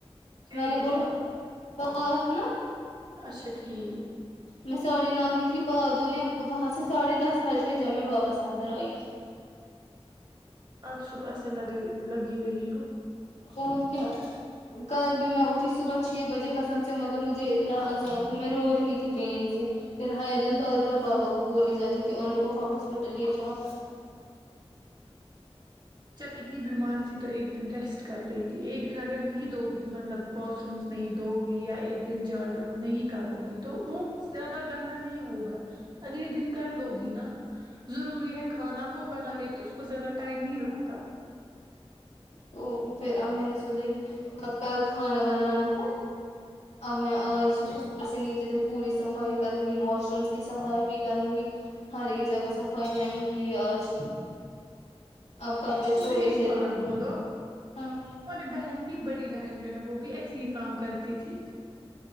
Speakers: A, on the right; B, on the left.
A: کیا
B: میں نے
A: دعا
B: بولا پاز نا
A: اچھا ٹھیک
B: میں ساڑے نؤ نکلی پاؤں دھونے وہاں سے ساڑھے دس بج گئے جب میں واپس اندر آئی
A: آپ صبح سے لگے لگی رہی ہو
B: اور کیا کل بھی میں اٹھی صبح چھ بجے قسم سے مطلب مجھے اتنا عذاب میں رو رہی تھی پین سے پھر حیدن بار بار پاپا کو بولنے جا رہی تھی انو کو ہاسپٹل لے جاؤ
A: جب اتنی بیمار تھی تو ایک دن ریسٹ کر لی تھی ایک دن اگر نہیں دو مطلب واش رومس نہیں دھوگی یا ایک دن جھاڑو نہیں کروگی تو وہ زیادہ گندا نہیں ہوگا اگلے دن کر لو گی نا ضروری ہے کھانا وہ بنا لیتی اس کو زیادہ ٹائم نہیں لگ
B: تو پھر اب میں نے سوچا کہ اب کل کھانا بنانا ہے اب میں آج اوپر سے نیچے تک پوری صفائی کروں گی واش رومس کی صفائی بھی کروں گی ہر ایک جگہ صفائی میں نے کی آج اب کپڑے
A: مجھے
B: تھوڑے
A: ایک
B: سے
A: بات
B: رہ گئے
A: بولو
B: ہاں
A: ہماری بہن بھی بڑی بہن جو ہے وہ بھی ایسے ہی کام کرتی تھی